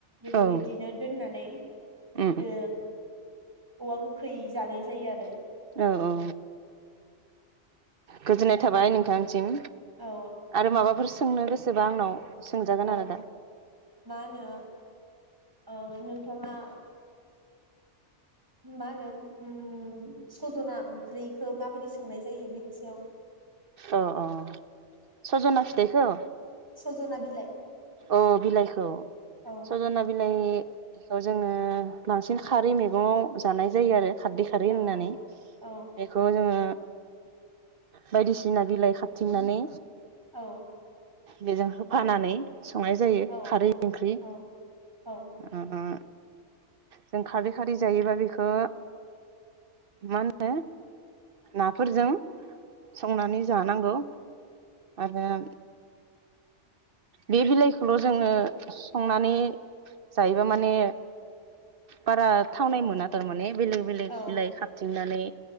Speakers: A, on the right (about 20°); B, on the right (about 50°).
A: बेखौ
B: औ
A: बिदिनो दोननानै
B: औ
A: ओ औवा गो खै जानाय जायो आरो।
B: औ औ गोजोननाय थाबाय नोंथांसिम।
A: औ
B: आरो माबाफोर सोंनो गोसोबा आंनाव सोंजागोन
A: औ
B: आरो दा
A: मा होनो ओ नोंथाङा मा होनो ओम सजना ओंख्रिखो माबायदि संनाय जायो बिनि सायाव
B: अ अ सजना फि थाइखौ
A: सज'ना बिलाइ
B: औ बिलाइखौ
A: औ
B: सजना बि लाइखौ जोङो बांसिन खारै मैगङाव जानाय जायो आरो खारदै खारै
A: औ
B: होननानै
A: औ
B: बेखौ जोङो बायदिसिना बिलाइ खादथिंनानै
A: औ
B: बेजों होफानानै संनाय जायो
A: औ
B: खारै ओंख्रि
A: औ औ
B: ओ ओ जों खारदै खारै जायोबा बेखो मा होननो नाफोरजों संनानै जानांगौ आरो बे बिलाइखौल' जोङो संनानै जायोबा माने बारा थावनाय मोना तारमाने बेलेग बेलेग
A: ओं
B: बिलाइ खादथिंनानै